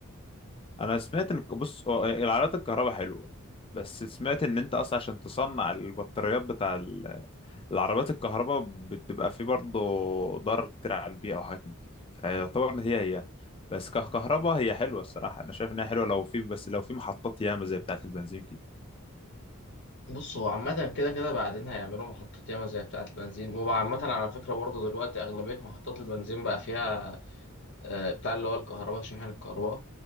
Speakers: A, on the left; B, on the left.
A: انا سمعت ان بص هو العربيات الكهرباء حلوه بس سمعت ان انت اصلا عشان تصنع البطاريات بتاع ال- العربيات الكهرباء بتبقى فيه برضه ضرر كتير على البيئه وحاجات من كده فيعتبر ان هي هي بس ككهرباء هي حلوه الصراحه انا شايف انها حلوه لو في بس لو في محطات ياما زي بتاعه البنزين
B: بص هو عامة كده كده بعدين هيعملوا محطات ياما زي بتاعة البنزين وعامة على فكرة برضه دلوقتي أغلبية محطات البنزين بقى فيها آه، بتاع اللي هو الكهرباء شاحن الكهرباء